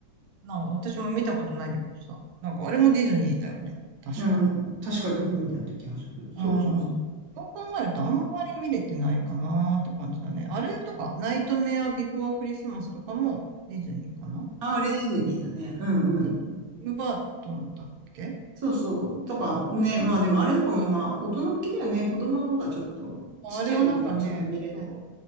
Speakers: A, on the right (about 80°); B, on the right (about 55°).
A: なんか私も見たことないんだけどさ。なんかあれもディズニーだよね。確か。
B: うん。確かディズニーだった気がする。そうそうそう。
A: うん。そう考えるとあんまり見れてないかなーって感じだね。あれとか、ナイトメアビフォアクリスマスとかもディズニーかな
B: あ、あれディズニーだね。うんうん
A: ティム・バートンだっけ
B: そうそう。とかね。
A: あれ
B: まあでもあれとかもまあ大人向きだよね。子供はまだちょっと、
A: まああれはなんかね、
B: ちっちゃい子供はちょっと見れない。
A: そう、